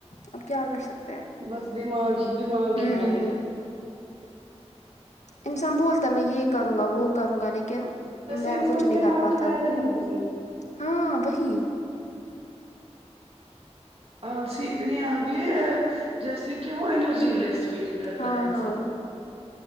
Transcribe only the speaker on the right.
بس دماغ ہی دماغ
ہی بند
جیسے
انسان
کے
ہاتھ
پیر ہی بس
آلسی اتنی آ گئی ہے جیسے کہ وہ انرجی لیس فیل کرتا
ہے انسان